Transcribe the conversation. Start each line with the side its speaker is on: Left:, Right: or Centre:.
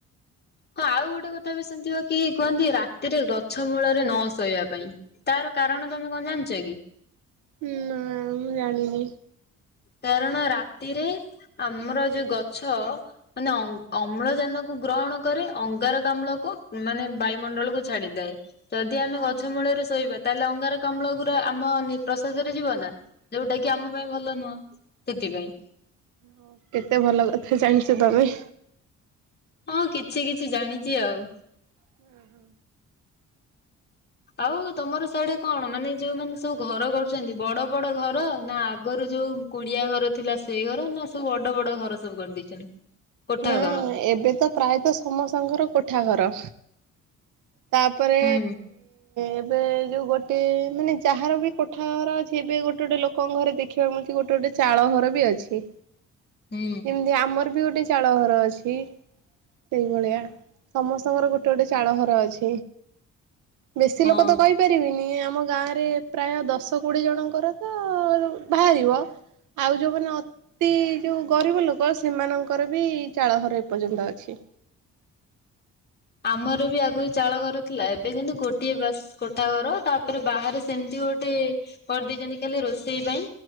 Left: ହଁ ଆଉ ଗୋଟେ କଥା ବି ଶୁଣିଥିବ କି କୁହନ୍ତି ରାତିରେ ଗଛ ମୂଳରେ ନ ଶୋଇବା ପାଇଁ ତାର କାରଣ ତମେ କଣ ଜାଣିଛ କି?
Right: ହୁଁ ନା ମୁଁ ଜାଣିନି।
Left: କାରଣ ରାତିରେ ଆମର ଯୋଉ ଗଛ ମାନେ ଅମ୍ଳଜାନ କୁ ଗ୍ରହଣ କରେ ଅଙ୍ଗାର କମ୍ଳକୁ ମାନେ ବାୟୁମଣ୍ଡଳକୁୁ ଛାଡିଦଏ ଯଦି ଆମେ
Right: ହଁ
Left: ଗଛ
Right: ହଁ
Left: ମୂଳରେ ଶୋଇବା ତାହେଲେ ଅଙ୍ଗାର କମ୍ଳ ଗୁରା ଆମ ପ୍ରସାସରେ ଯିବ ନା ଯୋଉଟା କି
Right: ଓହୋ
Left: ଆମ ପାଇଁ ଭଲ ନୁହଁ ସେଥିପାଇଁ।
Right: ହ କେତେ ଭଲ କଥା ଜାଣିଛ ତମେ
Left: ହଁ କିଛି କିଛି ଜାଣିଛି ଆଉ।
Right: ହୁଁ ହୁଁ।
Left: ଆଉ ତମର ଶାଡେ କଣ ମାନେ ଯୋଉ ମାନେ ସବୁ ଘର କରୁଛନ୍ତି, ବଡ ବଡ ଘର ନା ଆଗରୁ ଯୋଉ କୁଡିଆ ଘର ଥିଲା ସେଇ ଘର ନା ସବୁ ବଡ ବଡ ଘର ସବୁ କରିଦେଇଛନ୍ତି। କୋଠା
Right: ନା
Left: ଘର।
Right: ଏବେ ତ ପ୍ରାୟତଃ ସମସ୍ତଙ୍କର କୋଠା ଘର ତାପରେ
Left: ହୁଁ
Right: ଏବେ ଯୋଉ ଗୋଟେ ମାନେ ଯାହାର ବି କୋଠାର ଅଛି, ଏବେ ଗୋଟେ ଗୋଟେ ଲୋକଙ୍କ ଘରେ ଦେଖିବାକୁ ମିଳୁଛି ଗୋଟେ ଗୋଟେ ଚାଳ ଘର ବି ଅଛି
Left: ହୁଁ
Right: ଯେମିତି ଆମର ବି ଗୋଟେ ଚାଳ ଘର ଅଛି ସେଇଭଳିଆ ସମସ୍ତଙ୍କର ଗୋଟେ ଗୋଟେ ଚାଳ ଘର ଅଛି। ବେଶୀ
Left: ହଁ।
Right: ଲୋକ ତ କହିପାରିବିନି ଆ ଆମ ଗାଁରେ ପ୍ରାୟ ଦଶ କୋଡିଏ ଜଣଙ୍କର ତ ବାହାରିବ ଆଉ ଯୋଉମାନେ ଅତି ଯୋଉ ଗରିବ ଲୋକ କ ସେମାନଙ୍କର ବି ଚାଳହର ଏପର୍ଯ୍ୟନ୍ତ ଅଛି।
Left: ଆମର ବି ଆଗ ଚାଳ ଘର ଥିଲା ଏବେ କିନ୍ତୁ, ଗୋଟିଏ ବାସ କୋଠା ଘର ତାପରେ ବାହାରେ ସେମିତି ଗୋଟେ କରିଦେଇଛନ୍ତି ଖାଲି ରୋଷେଇ ପାଇଁ